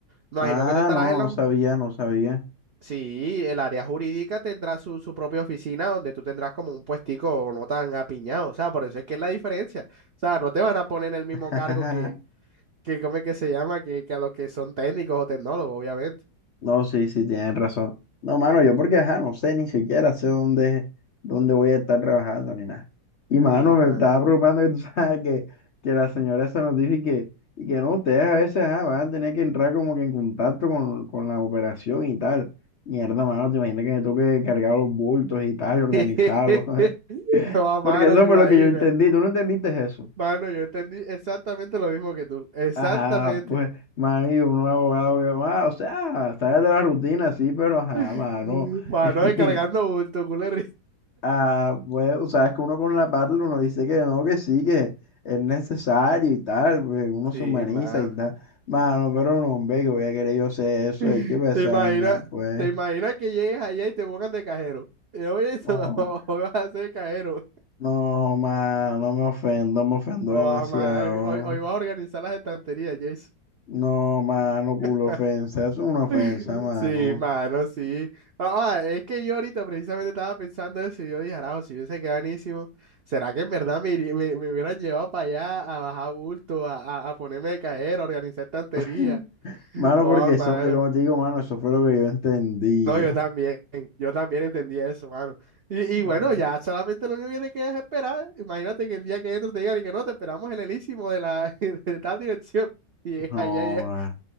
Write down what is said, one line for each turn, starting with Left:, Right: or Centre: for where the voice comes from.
Right: Me
Left: Ah,
Right: imagino que tú estarás
Left: no,
Right: en la...
Left: no sabía, no sabía.
Right: Sí, el área jurídica tendrá su, su propia oficina donde tú tendrás como un puestico no tan apiñado, o sea, por eso es que es la diferencia. O sea, no te van a poner en el mismo
Left: <laughs>
Right: cargo que, que ¿cómo es que se llama? Que, que a los que son técnicos o tecnólogos, obviamente.
Left: No, sí, sí, tienes razón. No, mano, yo porque, ajá, no sé, ni siquiera sé dónde, dónde voy a estar trabajando ni nada. Y, mano,
Right: Sí,
Left: me
Right: mano.
Left: estaba preocupando que tú <laughs> sabes que, que la señora esa nos dijo y que, y que no, ustedes a veces, ajá, van a tener que entrar como que en contacto con, con la operación y tal. Mierda, mano, te imaginas que me toque cargar los bultos y tal, y organizarlos.
Right: <laughs>
Left: <laughs>
Right: No,
Left: Porque
Right: mano,
Left: eso
Right: te
Left: fue
Right: imaginas.
Left: lo que yo entendí. ¿Tú no entendiste eso?
Right: Mano, yo entendí exactamente lo mismo que tú. Exactamente.
Left: Ajá, pues, mami, un abogado que, ah, o sea, sales de la rutina, sí, pero ajá,
Right: <laughs>
Left: mano.
Right: Mano,
Left: <laughs>
Right: descargando bulto, culero.
Left: Ah, pues, o sea, es que uno con la parte uno dice que no, que sí, que es necesario y tal, pues uno
Right: Sí,
Left: se humaniza
Right: mano.
Left: y tal. Mano, pero no, hombre, que voy a querer yo hacer eso,
Right: <laughs>
Left: es que pues,
Right: ¿Te
Left: esa
Right: imaginas,
Left: vaina, pues.
Right: te imaginas que llegues allá y te pongan de cajero? Y yo, oye,
Left: No,
Right: se me- <laughs> hoy vas a ser cajero.
Left: no, mano, no me ofendo, me ofendo
Right: No,
Left: demasiado.
Right: man. Hoy, hoy vas a organizar las estanterías, Jason.
Left: No, mano, culo
Right: <laughs>
Left: ofensa, eso es una ofensa,
Right: <laughs>
Left: mano.
Right: Sí, mano, sí. Ah, ah, es que yo ahorita precisamente estaba pensando eso y yo dije, arajo, si hubiese quedado buenísimo, ¿será que en verdad me, iría- me, me hubieran llevado para allá a bajar bulto, a, a, a ponerme de cajero, a organizar estantería?
Left: <laughs> Mano,
Right: Oh,
Left: porque
Right: mano.
Left: eso, eh, como te digo, mano, eso fue lo que yo entendía.
Right: No, yo también, yo también entendí eso, mano. Y,
Left: No.
Right: y bueno, ya solamente lo único que te queda es esperar. Imagínate que el día que entro te digan y que no, te esperamos en el Elísimo de la <laughs> de tal dirección. Y
Left: No,
Right: allá, allá.
Left: ah,